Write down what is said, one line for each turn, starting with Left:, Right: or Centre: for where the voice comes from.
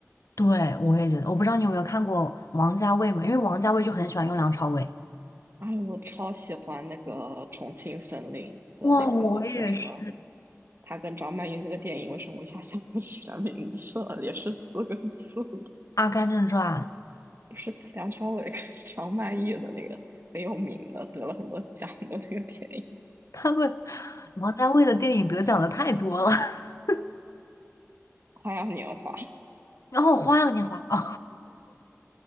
Left: 对，我也觉得，我不知道你有没有看过王家卫嘛？因为王家卫就很喜欢用梁朝伟。
Right: 哎，我超喜欢那个《重庆森林》和那个叫什么，
Left: 哇，我也是。
Right: 他跟张曼玉那个电影，为什么我一下想不起来名字了？也是四个字的
Left: 《阿甘正传》
Right: <laughs> 不是梁朝伟跟张曼玉的那个很有名的，得了很多奖的那个电影
Left: 他们王家卫的电影得奖的太多了，<laughs>
Right: 《花样年华》。
Left: 然后《花样年华》哦，